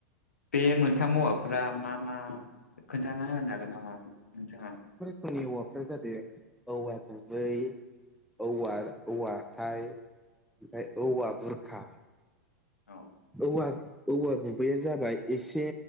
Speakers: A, on the left; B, in the centre.
A: बे मोनथाम औवाफोरा मा मा? खोन्थाना होनो हागोन नामा नोंथाङा?
B: नि औवाफोरा जादों औवा गुबै औवा औवाहाथाय ओमफ्राय औवा बुरखा।
A: अ
B: औवा औवा गुबैया जाबाय एसे